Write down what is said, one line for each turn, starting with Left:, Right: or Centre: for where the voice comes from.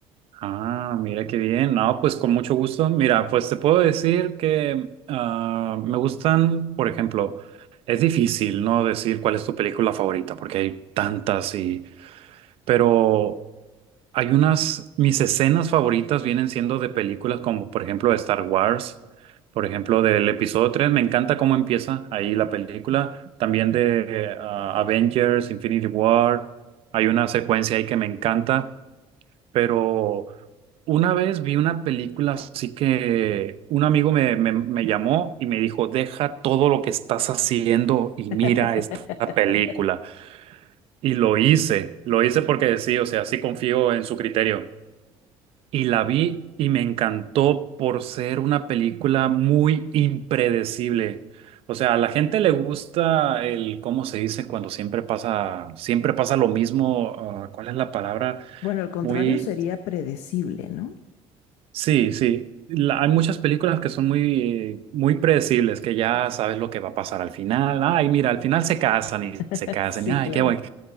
Right: Ah, mira qué bien. No, pues con mucho gusto. Mira, pues te puedo decir que ah, me gustan, por ejemplo, es difícil, ¿no? Decir cuál es tu película favorita, porque hay tantas y, pero Hay unas, mis escenas favoritas vienen siendo de películas como por ejemplo Star Wars, por ejemplo del episodio 3. me encanta cómo empieza ahí la película, también de eh, ah, Avengers, Infinity War, hay una secuencia ahí que me encanta, pero una vez vi una película así que un amigo me, me, me llamó y me dijo, deja todo lo que estás haciendo y mira
Left: <laughs>
Right: esta película. Y lo hice, lo hice porque sí, o sea, sí confío en su criterio. Y la vi y me encantó por ser una película muy impredecible. O sea, a la gente le gusta el, ¿cómo se dice? Cuando siempre pasa, siempre pasa lo mismo. ah, ¿cuál es la palabra?
Left: Bueno, al contrario
Right: Muy,
Left: sería predecible, ¿no?
Right: sí, sí. La- hay muchas películas que son muy, eh, muy predecibles, que ya sabes lo que va a pasar al final. Ay, mira, al final se casan y
Left: <laughs>
Right: se casan.
Left: Sí,
Right: Y ay,
Left: claro.
Right: qué buen,